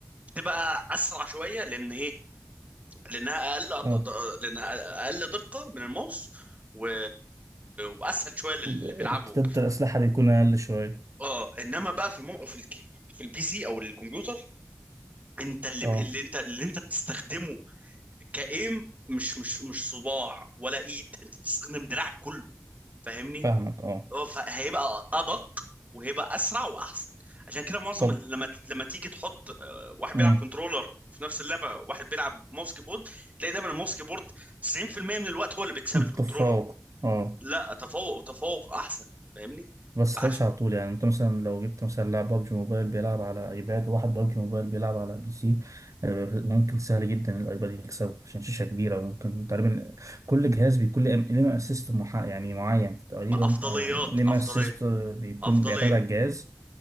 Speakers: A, on the right (about 30°); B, on the right (about 75°).
A: بتبقى اسرع شويه لان ايه لانها اقل
B: اه
A: أد- د- لانها اقل دقه من الماوس و... واسهل شويه للي
B: والارتداد
A: بيلعبوا
B: الأسلحة بيكون أقل شوية
A: اه انما بقى في المو... في الك... في البي سي او الكمبيوتر انت اللي,
B: اه
A: ب... اللي انت اللي انت بتستخدمه كايم مش مش مش صباع ولا ايد انت بتستخدم دراعك كله فاهمني
B: فاهمك اه
A: اه فهيبقى ادق وهيبقى اسرع واحسن عشان كده معظم
B: طب
A: ال- لما ت- لما تيجي تحط آه، واحد
B: امم
A: بيلعب كنترولر في نفس اللعبه واحد بيلعب ماوس كيبورد تلاقي دايما الماوس كيبورد 90% من الوقت هو اللي بيكسب
B: <laughs>
A: الكنترولر
B: تفوق اه
A: لا تفوق وتفوق احسن فاهمني
B: بس
A: فعشان
B: خمسة على طول يعني انت مثلا لو جبت مثلا لاعب بابجي موبايل بيلعب على ايباد وواحد بابجي موبايل بيلعب على بي سي آه، ممكن سهل جدا الايباد يكسبه عشان شاشة كبيرة ممكن تقريبا كل جهاز بيكون ليه ليه اسيست محا... يعني معين تقريبا
A: بأفضليات
B: او ليه
A: أفضلية
B: اسيست بيكون
A: أفضلية
B: بيعتمد على الجهاز